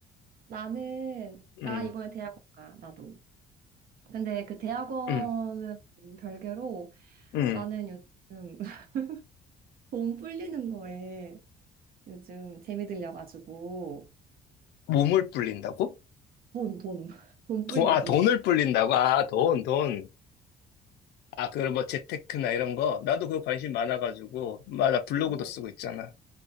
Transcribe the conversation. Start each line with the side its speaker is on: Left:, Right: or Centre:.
Right: 나는, 나
Left: 응,
Right: 이번에 대학 가, 나도. 근데 그 대학원은
Left: 응,
Right: 별개로
Left: 응.
Right: 나는 요즘 <laughs> 돈 불리는 거에 요즘 재미 들려가지고
Left: 몸을 불린다고?
Right: 돈, 돈, <laughs> 돈
Left: 돈,
Right: 불리기.
Left: 아, 돈을 불린다고? 아, 돈, 돈. 아, 그런 뭐 재테크나 이런 거? 나도 그거 관심 많아가지고. 마, 나 블로그도
Right: 어,
Left: 쓰고 있잖아.